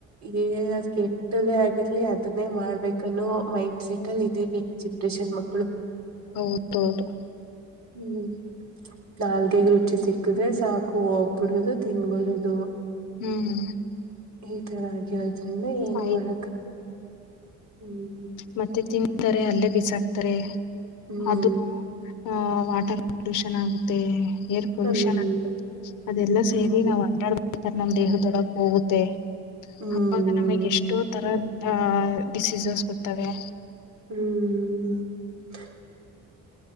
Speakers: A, on the right (about 65°); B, on the left (about 85°).
A: ಏ ಅ್ ಕೆಟ್ಟದೇ ಆಗಿರ್ಲಿ ಅದನ್ನೇ ಮಾಡ್ಬೇಕನ್ನೋ ಮೈಂಡ್ ಸೆಟ್. ಮಲ್ಲ ಇದೆೇ ಜನ್ರಷನ್ ಮಕ್ಕಳು <unintelligible>
B: ಹೌದೌದು
A: ಹ್ಮ್ ನಾಲ್ಗೆಗ್ ರುಚಿ ಸಿಕ್ಕುದ್ರೆ ಸಾಕು ಹೋಗ್ಬಿಡದು ತಿನ್ಬಿಡದು.
B: ಹ್ಮ್.
A: ಈ ತರ ಆಗಿರೋದ್ರಿಂದ ಏನು
B: ಆಯ್ತು
A: ಮಾಡಕ ಹ್ಮ್.
B: ಮತ್ತೆ ಅಲ್ಲೇ ಬೀಸ್ ಹಾಕ್ತಾರೆ
A: ಹ್ಮ್
B: ಅದು ಆಹ ವಾಟರ್ ಪೊಲ್ಯೂಷನ್ ಆಗುತ್ತೆ. Air pollution.
A: ಹ್ಮ್
B: ಅದೆಲ್ಲ ಸೇರಿ
A: ಹೌದು
B: ನಾವ್ ಅಂಟಾಡ್ಬೇಕತಾರೆ ನಮ್ ದೇಹ ದೊಡ್ಡಕ್ ಹೋಗುತ್ತೆ.
A: ಹ್ಮ್
B: ಆವಾಗ ನಮಗೆ ಎಷ್ಟೋ ತರದ ಡಿಸೀಸಸ್ ಬರ್ತವೆ.
A: ಹ್ಮ್ ಹ್ಮ್ <unintelligible>